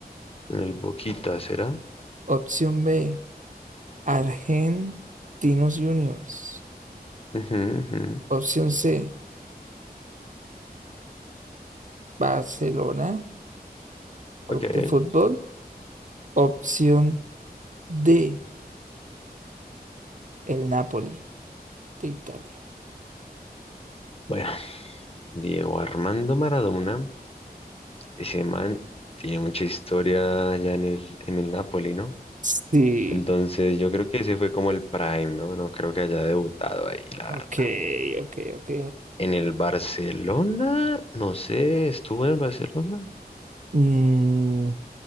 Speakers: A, on the left (about 35°); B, on the right (about 50°).
A: En el Boquita, ¿será?
B: Opción B, Argentinos Juniors.
A: Ujú, ujú.
B: Opción C, Barcelona, Club
A: Ok.
B: de Fútbol. Opción D, el Napoli de Italia.
A: Bueno, Diego Armando Maradona, ese man tiene mucha historia allá en el, en el Napoli, ¿no?
B: Sí,
A: Entonces yo creo que ese fue como el prime, ¿no? No creo que haya debutado ahí, la
B: ok,
A: verdad.
B: ok, ok.
A: En el Barcelona, no sé, ¿estuvo en el Barcelona?
B: Mm,